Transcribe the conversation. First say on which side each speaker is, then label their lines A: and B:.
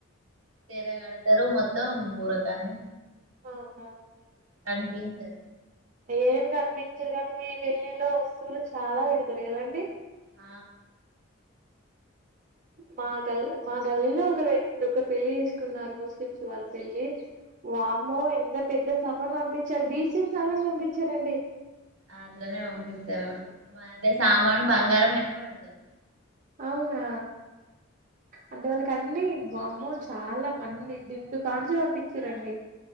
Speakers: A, on the right; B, on the right.
A: తెర గడతరు మొత్తం బురకానే
B: అవునవున
A: కన్పించదు
B: ఏం గనిపించదు గానీ మీ వెల్లిలో వస్తువులు చాలా పెడతరు గదండీ
A: ఆ
B: మా గల్ మా గలిల్లో ఒక వ్య ఒకరు పెళ్లి చేసుకున్నారు ముస్లిమ్స్ వాళ్ళు వామ్మో ఎంత పెద్ద సభను పంపిచారు డీసెంట్ సభను పంపిచారండి
A: అట్లనే పంపిస్తరు బాగే సామాను బంగారం ఎక్కువ బెడతరు
B: అవునా అంటే వాళ్ళకన్నీ వామ్మో చాలా మన్ని దిండు కాంచి పంపిచిరండి